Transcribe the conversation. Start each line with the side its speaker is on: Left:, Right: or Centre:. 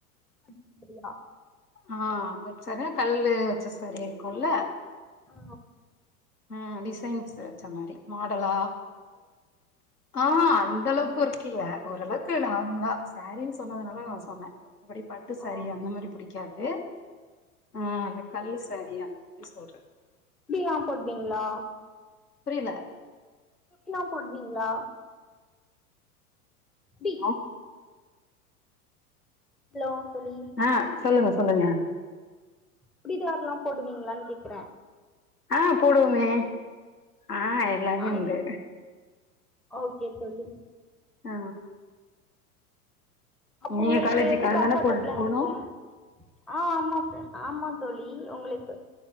Centre: அப்டியா
Left: ஆ ஒர்க் சாரினா கல்லு வச்ச சாரி இருக்குல்ல
Centre: ஆ
Left: அ டிசைன்ஸ் வச்ச மாரி மாடலா ஆ அந்தளவுக்கு ஒர்க்கில்ல ஓரளவுக்கு நார்மலா சாரீனு சொன்னதுனால நா சொன்ன அப்டி பட்டு சாரி
Centre: ஓ
Left: அந்த மாரி புடிக்காது ஆ அந்த கல்லு சாரி அந்த மாரி சொல்ற
Centre: <unintelligible> போடுவீங்ளா
Left: புரிய்ல
Centre: சுடிலா போடுவீங்ளா சுடி
Left: ஆ
Centre: ஹலோ தோழி
Left: ஆ சொல்லுங்க சொல்லுங்க
Centre: சுடிதாருலா போடுவீங்களான்னு கேக்குறேன்.
Left: அ போடுவோமே. ஆ எல்லாமே
Centre: அது
Left: உண்டு
Centre: ஓகே தோழி
Left: ஆ
Centre: அப்ப
Left: நீங்க
Centre: உங்குளுக்கு
Left: காலேஜுக்கு
Centre: எது
Left: அதுதானே
Centre: கம்பஃர்டபுளா
Left: போட்டுட்டு போனு
Centre: இருக்கோ ஆ ஆமா ஆமா தோழி உங்குளுக்கு